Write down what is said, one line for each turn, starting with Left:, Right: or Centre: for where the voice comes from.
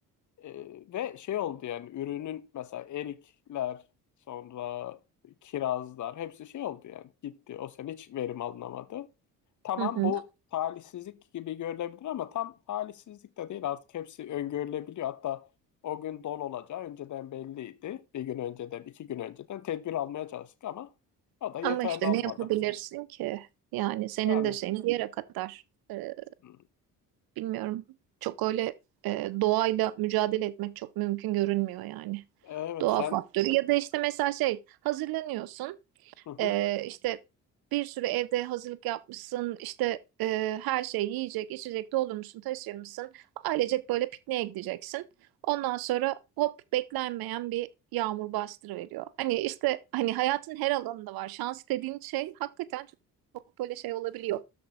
Left: Ee, ve şey oldu yani ürünün mesela erikler sonra kirazlar hepsi şey oldu yani gitti. O sene hiç verim alınamadı. Tamam
Right: Hı hı.
Left: bu talihsizlik gibi görülebilir ama tam talihsizlik de değil artık hepsi öngörülebiliyor. Hatta o gün don olacağı önceden belliydi. Bir gün önceden, iki gün önceden tedbir almaya çalıştık ama o da yeterli
Right: Ama işte
Left: olmadı.
Right: ne yapabilirsin ki? Yani senin
Left: Yani
Right: de şeyin bir yere kadar. Ee,
Left: Hmm.
Right: bilmiyorum. Çok öyle e, doğayla mücadele etmek çok mümkün görünmüyor yani.
Left: evet
Right: Doğa
Left: sen...
Right: faktörü. Ya da işte mesela şey hazırlanıyorsun.
Left: Hı hı.
Right: Ee, işte bir sürü evde hazırlık yapmışsın, işte e, her şey yiyecek, içecek doldurmuşsun, taşırmışsın. Ailecek böyle pikniğe gideceksin. Ondan sonra hop beklenmeyen bir yağmur bastırıveriyor. Hani işte hani hayatın her alanında var. Şans dediğin şey hakikaten çok, çok böyle şey olabiliyor.